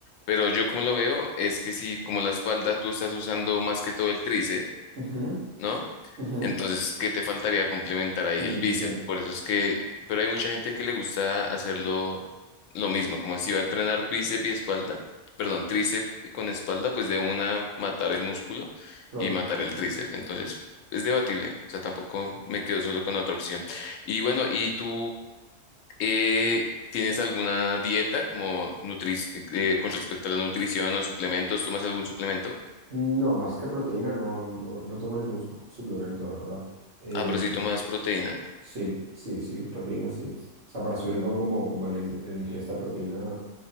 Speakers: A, on the left (about 90°); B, on the right (about 65°).
A: Pero yo como lo veo es que si como la espalda tú estás usando más que todo el tríceps,
B: Ujú,
A: ¿no?
B: ujú,
A: Entonces, ¿qué te faltaría complementar ahí el
B: El
A: bíceps?
B: bíceps,
A: Por eso es que, pero hay mucha gente que le gusta hacerlo lo mismo, como si va a entrenar bíceps y espalda, perdón, tríceps con espalda, pues de una matar el músculo
B: claro.
A: y matar el tríceps. Entonces, es debatible, o sea, tampoco me quedo solo con la otra opción. Y bueno, ¿y tú eh, ¿tienes alguna dieta como nutri eh, con respecto a la nutrición o suplementos? ¿Tomas algún suplemento?
B: No, más que proteína, no, no, no tomo ningún su- suplemento, la verdad. Eh,
A: Ah, pero sí tomas proteína.
B: sí, sí, sí, proteína, sí. O sea, para subir un poco como, como la in- el ingesta de proteína.